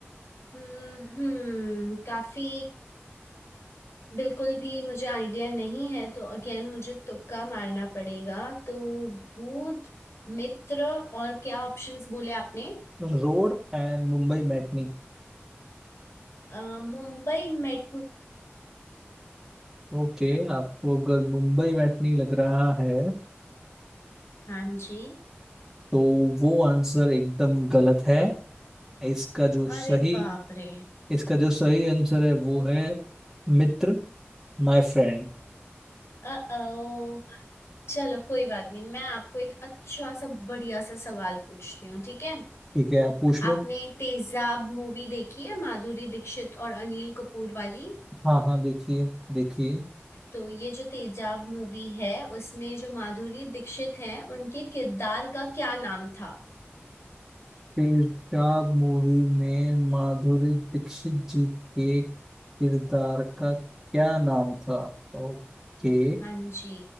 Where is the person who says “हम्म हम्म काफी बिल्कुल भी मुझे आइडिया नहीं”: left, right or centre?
Left